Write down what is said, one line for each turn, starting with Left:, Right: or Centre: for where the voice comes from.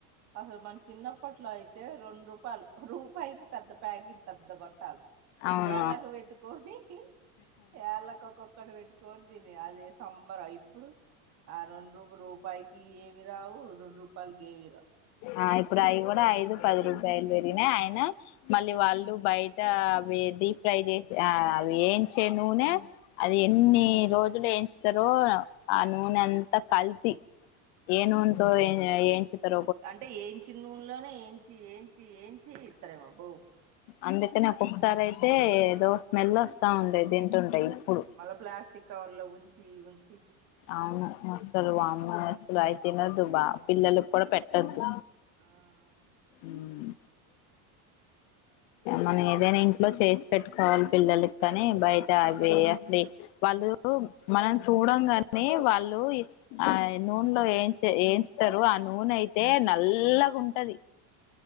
Right: అసలు మన చిన్నప్పట్లో అయితే రెండు రూపాయలు, రూపా పైకి పెద్ద ప్యాగి పెద్ద గొట్టాలు
Left: అవును
Right: ఏళ్ళకు పెట్టుకొని యాళ్ళకు ఒక్కక్కటి పెట్ తోటి తిరీయా అది సంబరం ఇప్పుడు ఆ రెండు రూ రూపాయి కి ఏమీరావు రెండు రూపాయలకి ఏమీరావు
Left: ఆ ఇప్పుడు అయి కూడా ఐదు పది రూపాయలు పెరిగినై ఆయన మళ్ళీ వాళ్ళు బయట అవి డీ ఫ్రై చేసి ఆ వేయించే నూనె అది ఎన్ని రోజులు ఏయించుతరో ఆ నూనె అంత కల్తీ ఏ నూనె తో ఏ ఎంచుతరో
Right: అంటే ఏంచిన ఊన్లోనే ఏంచి ఏంచి ఏంచి ఇత్తరేమో అబ్బో
Left: అందుకని ఒక్కొక్కసారైతే ఏదో స్మెల్ వస్తా ఉండే తింటుంటే ఇప్పుడు
Right: మల్ల ప్లాస్టిక్ కవర్లో ఉంచి ఉంచి
Left: అవును అసలు వామ్మో అసలు అయి తినద్దు బా పిల్లలకు కూడా పెట్టద్దు
Right: ఆ
Left: ఉమ్ మనం ఏదైనా ఇంట్లో చేసి పెట్టుకోవాలి పిల్లలకి కాని బయట అవి అసలి వాళ్ళు మనం చూడం కన్ నే వాళ్ళు ఆ నూండ్లో ఏ ఏంచూతారు ఆ నూనె అయితే నల్ల గుంటది